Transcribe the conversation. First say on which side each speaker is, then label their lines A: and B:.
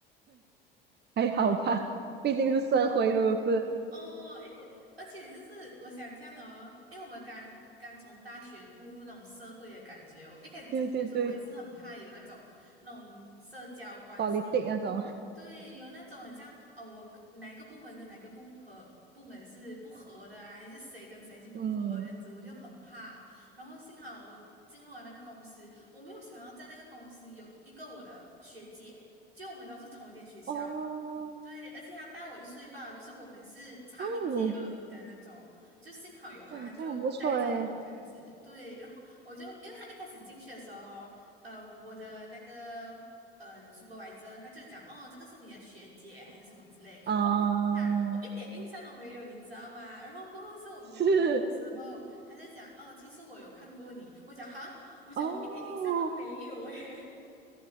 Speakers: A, on the right; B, on the right.
A: 还好吧，毕竟是社会是不是？
B: 哦，因为而且就是我想这样的哦，因为我们刚刚从大学步入那种社会的感觉哦，我一开始进去的时候，
A: 对对对
B: 我也是很怕有那种那种社交关系，
A: ，politic
B: 就是对，
A: 那种，
B: 有那种很像哦，我跟哪一个部门跟哪一个部和部门是不合的啊，还是谁跟谁是不合这样子，
A: 嗯，
B: 我就很怕。然后幸好我进入了那个公司，我没有想要在那个公司有一个我的学姐，就我们都是同一间学校。
A: 哦
B: 对，而且他大我一岁半，就是我们是差一届而已的那种，
A: 哦
B: 就幸好有他，
A: 哦，
B: 他就带着我这样子。
A: 这样不错诶，
B: 对，然后我就因为他一开始进去的时候，呃，我的那个呃 supervisor 他就讲，哦，这个是你的学姐还是什么之类，然后我就问他，
A: 嗯，
B: 我一点印象都没有，你知道吗？然后过后是我们午休时候，
A: 是
B: 他就讲，哦，其实我有看过你，我讲哈，我讲我一点印象都没有诶。
A: 哦。